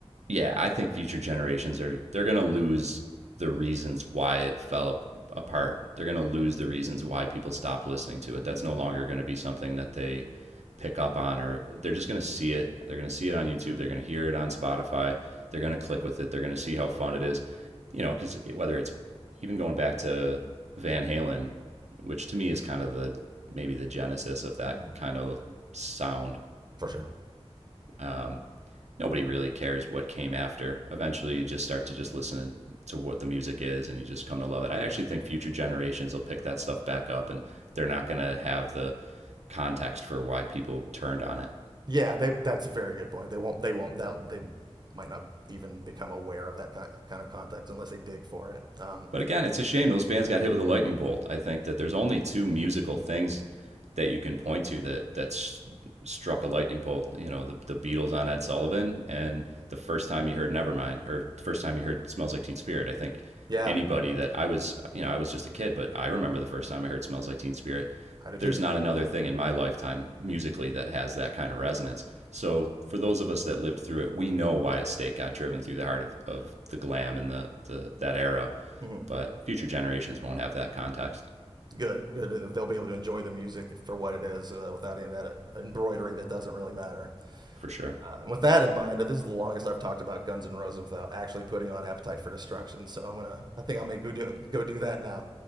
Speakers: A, on the right (about 85°); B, on the right (about 40°).
A: yeah, I think future generations are they're going to lose the reasons why it fell apart. They're going to lose the reasons why people stopped listening to it.
B: Mm-hmm.
A: That's no longer going to be something that they pick up on or they're just going to see it. They're going to see it on YouTube, they're going to hear it on Spotify, they're going to click with it, they're going to see how fun it is. You know, cuz whether it's even going back to Van Halen, which to me is kind of the maybe the genesis of that
B: Mm-hmm.
A: kind of sound.
B: For sure.
A: Um nobody really cares what came after. Eventually, you just start to just listen to what the music is, and you just come to love it. I actually think future generations will pick that stuff back up, and they're not going to have the context for why people turned on it.
B: Yeah, they, that's a very good point. They won't. They won't. They'll, they might not even become aware of that ki- kind of context unless they dig for it. Um,
A: But again, it's a shame those bands got hit with a lightning bolt. I think that there's only two musical things that you can point to that that's struck a lightning bolt. You know, the, the Beatles on Ed Sullivan, and
B: mhm.
A: the first time you heard Nevermind, or the first time you heard Smells Like Teen Spirit. I think
B: yeah,
A: anybody that I was, you know, I was just a kid, but I remember the first time I heard Smells Like Teen Spirit.
B: I do too.
A: There's not another thing in my lifetime musically that has that kind of resonance. So for those of us that lived through it, we know why a stake got driven through the heart of, of the glam and the, the that era.
B: hmm
A: But future generations won't have that context
B: Good, good. They'll be able to enjoy the music for what it is uh, without any of that uh, embroidery that doesn't really matter.
A: for sure.
B: Uh, and with that in mind, uh, this is the longest I've talked about Guns N' Roses without actually putting on Appetite for Destruction. So I'm gonna. I think I may go do go do that now.